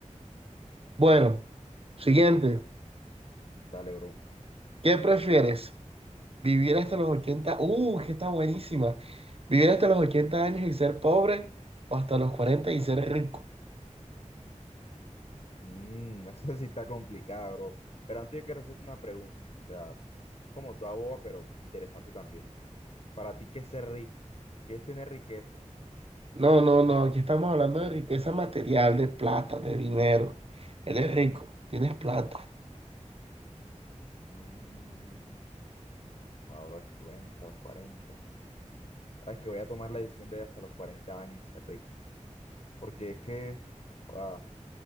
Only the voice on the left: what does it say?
Dale, bro.
Mm, <laughs> esa sí está complicada, bro. Pero antes yo quiero hacerte una pregunta. O sea, es como toda boba, pero interesante también. Para ti, ¿qué es ser rico? ¿Qué es tener riqueza?
Mm, ah, bro, es que bueno, hasta los 40. Ah, es que voy a tomar la decisión de hasta los 40 años y ser rico. Porque es que, joda,